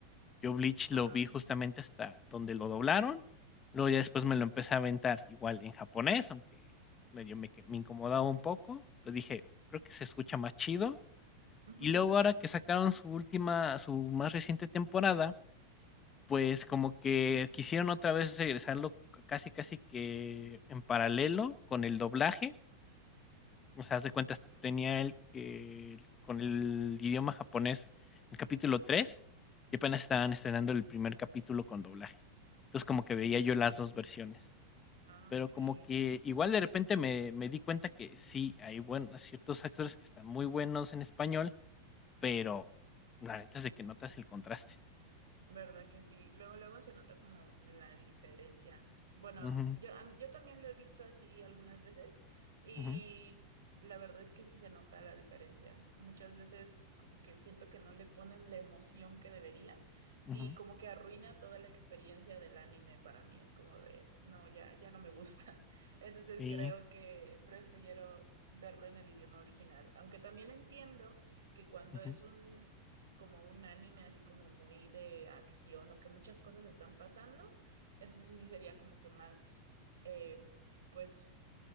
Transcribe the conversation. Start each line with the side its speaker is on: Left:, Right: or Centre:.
Left: Yo Bleach
Right: Ah.
Left: lo vi justamente hasta donde lo doblaron. Luego ya después me lo empecé a aventar igual en japonés, aunque medio me, me incomodaba un poco. Pues dije, creo que se escucha más chido.
Right: Ujú.
Left: Y luego ahora que sacaron su última, su más reciente temporada, pues como que quisieron otra vez regresarlo casi casi que en paralelo con el doblaje o sea, haz de cuentas, tenía el, el- con el idioma japonés el capítulo 3 y apenas estaban estrenando el primer capítulo con doblaje. Entonces como que veía yo las dos versiones.
Right: Ah,
Left: Pero
Right: ok.
Left: como que igual de repente me, me di cuenta que sí, hay buenos, ciertos actores que están muy buenos en español, pero la neta es de que notas el contraste.
Right: ¿Verdad que sí? Luego, luego se nota como la diferencia. Bueno,
Left: Ujú,
Right: yo, a mí- yo también lo he visto así algunas veces y
Left: ujú,
Right: la verdad es que sí se nota la diferencia. Muchas veces como que siento que no le ponen la emoción que deberían
Left: ujú,
Right: y como que arruina toda la experiencia del anime para mí. Es como de, no, ya, ya no me gusta. <laughs> Entonces
Left: sí.
Right: creo que prefiero verlo en el idioma original, aunque también entiendo que cuando
Left: ujú,
Right: es
Left: ujú.
Right: un como un anime así como muy de acción o que muchas cosas están pasando, entonces sí sería como que más, eh, pues,